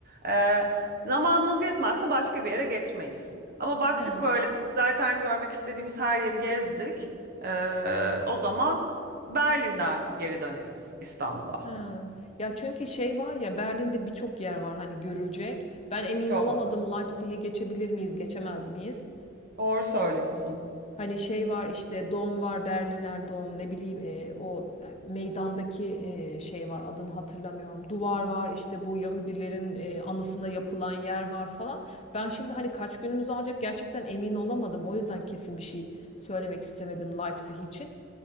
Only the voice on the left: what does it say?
Hı,
hı. Ya çünkü şey var ya Berlin'de birçok yer var hani görülecek. Ben emin
olamadım Leipzig'e geçebilir miyiz, geçemez miyiz?
Hani şey var işte Dom var Berliner Dom ne bileyim e, o e, meydandaki e, şey var adını hatırlamıyorum. Duvar var işte bu Yahudilerin e, anısına yapılan yer var falan. Ben şimdi hani kaç günümüz alacak gerçekten emin olamadım. O yüzden kesin bir şey söylemek istemedim Leipzig için.